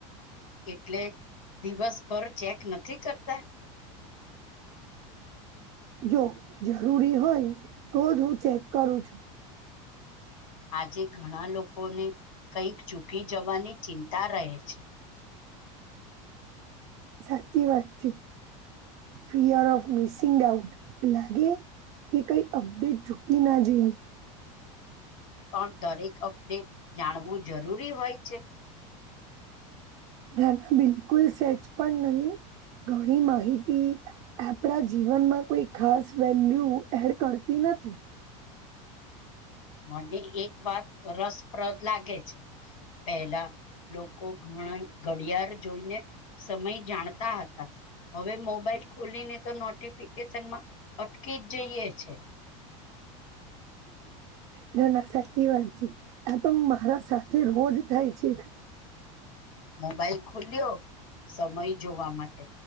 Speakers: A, on the left (about 80°); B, on the right (about 40°).
A: એટલે દિવસભર ચેક નથી કરતા.
B: જો જરૂરી હોય તો જ હું ચેક કરું છું.
A: આજે ઘણા લોકોને કંઈક ચૂકી જવાની ચિંતા રહે છે.
B: સાચી વાત છે ફિયર ઓફ મિસિંગ આઉટ લાગે. એ કઈ અપડેટ ચૂકી ના જઈએ.
A: પણ દરેક અપડેટ જાણવું જરૂરી હોય છે.
B: ધના બિલકુલ સેજ પણ નહી. ઘણી માહિતી આપણા જીવનમાં કોઈ ખાસ વેલ્યુ એડ કરતી ન થી.
A: મને એક વાત રસપ્રદ લાગે છે. પહેલા લોકો ઘણા ઘડિયાળ જોઈને સમય જાણતા હતા. હવે મોબાઈલ ખોલીને તો નોટિફિકેશનમાં અટકી જ જઈએ છે.
B: ના ના સાચી વાત છે આ તો મારા સા થે રોજ થાય છે.
A: મોબાઈલ ખુલ્યો સમય જોવા માટે